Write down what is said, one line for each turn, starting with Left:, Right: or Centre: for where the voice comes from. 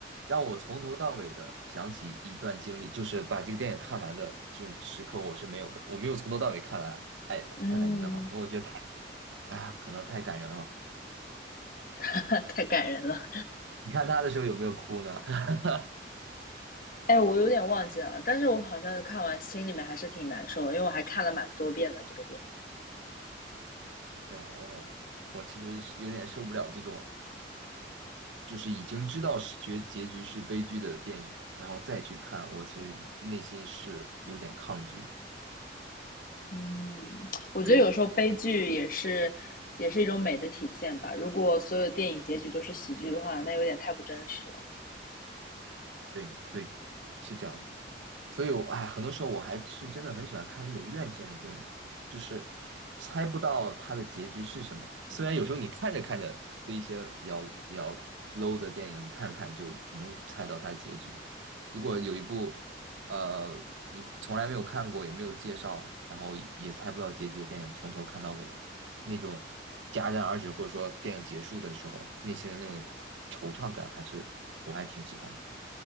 Right: 让我从头到尾的想起一段经历，就是把这个电影看完的这种时刻，我是没有的，我没有从头到尾看完《哎泰坦尼克号》，
Left: 嗯，
Right: 因为我觉得太，哎呀，可能太感人了。
Left: <laughs> 太感人了。
Right: 你看他的时候有没有哭呢？<laughs>
Left: 哎，我有点忘记了，但是我好像是看完心里面还是挺难受的，因为我还看了蛮多遍了这个电影。
Right: 对啊，我我其实是有点受不了这种，就是已经知道是结结局是悲剧的电影，然后再去看，我其实内心是有点抗拒的。
Left: 嗯，我觉得有时候悲剧也是也是一种美的体现吧。
Right: 对
Left: 如果所有电影结局都是喜剧的话，那有点太不真实了。
Right: 对对，是这样。所以我，哎，很多时候我还是真的很喜欢看那种院线的电影，就是猜不到它的结局是什么。虽然有时候你看着看着，对一些比较比较 low 的电影，你看着看着就能猜到它的结局。如果有一部呃你从来没有看过，也没有介绍，然后也猜不到结局的电影，从头看到尾，那种戛然而止或者说电影结束的时候，内心的那种惆怅感，还是我还挺喜欢的。